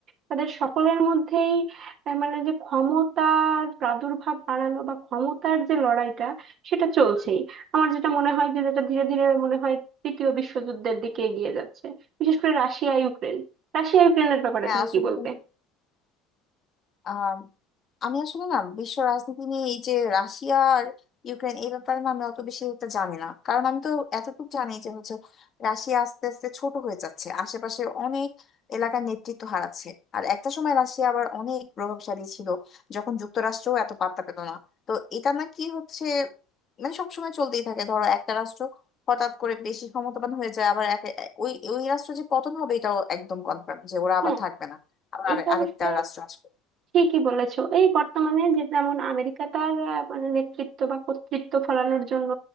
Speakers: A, on the right (about 55°); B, on the left (about 40°).
A: তাদের সকলের মধ্যেই আহ, মানে যে ক্ষমতার প্রাদুর্ভাব বাড়ানো বা ক্ষমতার যে লড়াইটা সেটা চলছেই আমার যেটা মনে হয় যে যেটা ধীরে ধীরে মনে হয় তৃতীয় বিশ্বযুদ্ধের দিকে এগিয়ে যাচ্ছে বিশেষ করে রাশিয়া ইউক্রেন রাশিয়া ইউক্রেনের ব্যাপারে
B: হ্যাঁ
A: তুমি
B: আসলে
A: কি বলবে
B: আম, আমি আসলে না বিশ্ব রাজনীতি নিয়ে এই যে রাশিয়া আর ইউক্রেন এই ব্যাপারে না আমি অত বেশি একটা জানি না কারণ আমি তো এতটুকু জানি যে হচ্ছে রাশিয়া আস্তে আস্তে ছোট হয়ে যাচ্ছে আশেপাশে অনেক এলাকার নেতৃত্ব হারাচ্ছে আর একটা সময় রাশিয়া আবার অনেক প্রভাবশালী ছিল যখন যুক্তরাষ্ট্রও এত পাত্তা পেত না তো এটা নাকি হচ্ছে মানে সবসময় চলতেই থাকে ধরো একটা রাষ্ট্র হঠাৎ করে বেশি ক্ষমতাবান হয়ে যায় আবার এক- ওই ওই রাষ্ট্র যে পতন হবে এটাও একদম কনফার্ম যে ওরা আবার
A: হ্যাঁ
B: থাকবে না আবার
A: এটা
B: আরে- আরেকটা
A: অবশ্য
B: রাষ্ট্র আসবে
A: ঠিকই বলেছো এই বর্তমানে যে যেমন আমেরিকা তার আহ, মানে নেতৃত্ব বা কর্তৃত্ব ফলানোর জন্য